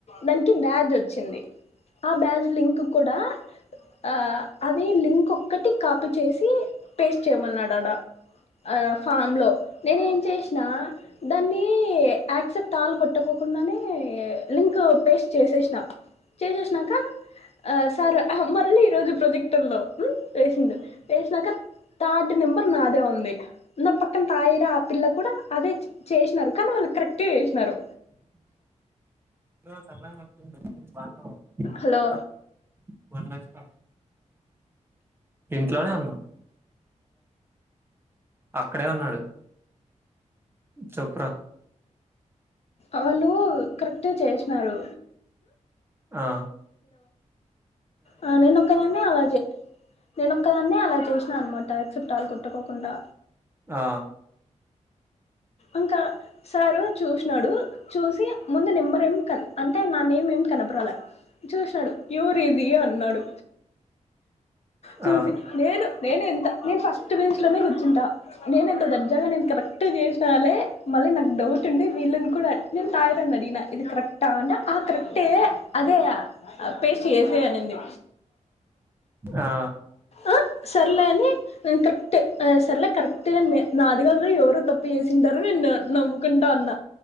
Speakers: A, on the left; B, on the right.
A: దానికి బ్యాజ్ వచ్చింది ఆ బ్యాజ్ లింక్ కూడా ఆ అది లింక్ ఒక్కటి కాపీ చేసి పేస్ట్ చేయమన్నాడ ఆడా ఆ ఫామ్ లో నేనే ఏం చేసిన దాన్ని యాక్సెప్ట్ ఆల్ కొట్కోకుండానే లింక్ పేస్ట్ చేసేసినా చేసేసినాక అ సార్ అహ్ మళ్ళీ ఈరోజు ప్రొజెక్ట్ క్టర్ లో వేసిండు వేసినాక థర్డ్ నెంబర్ నాదే ఉంది నా పక్కన తయిరా ఆ పిల్ల కూడా అదే చేసినరు కాని వాళ్ళు కరెక్టే చేసినారు
B: బ్రో సన్నగా నడుచు బాగున్నావ
A: హలో
B: మొన్న వచ్చిన ఇంట్లోనే ఉన్నాం అక్కడే ఉన్నాడు చొప్పురా
A: ఆళ్ళు కరెక్ట్ గా చేసినారు
B: ఆ
A: ఆ నేను ఒక్కదాన్నే అలాగే జె నేనొక్కదాన్నే అలా చేసినా అనమాట యాక్సెప్ట్ ఆల్ కొట్టకోకుండా
B: ఆ
A: ఇంకా సారు చూసినాడు చూసి ముందు నెంబరేం కన్ అంటే నా నేమ్ ఏమి కనపరల చూసినాడు ఎవరిది అన్నాడు చూసి
B: ఆ
A: నేను నేను ఎంత నేను ఫస్ట్ బెంచ్లోనే కూర్చుంట నేను ఎంత దర్జాగా నేను కరెక్ట్ గ చేసిన స్తాలే మళ్ళీ నాకు డౌట్ ఉండి వీళ్ళని కూడా తయిరని అడిగినా ఇది కరెక్ట్ తాండ్డా ఆ కరెక్ట్ ఏ అదే పేస్ట్ చేసే అనింది
B: ఆ
A: అ సర్లే అని ఊ కరక్ట్ ఆ సర్లే కరెక్ట్ అని మే నాది గాదుర ఎవరో తప్పు పేసింటారు నిన్న నవ్వుకుంట అన్న